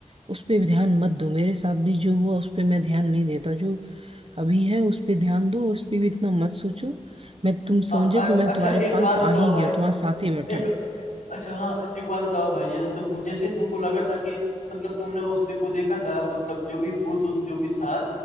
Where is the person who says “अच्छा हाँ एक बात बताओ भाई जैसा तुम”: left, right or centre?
Left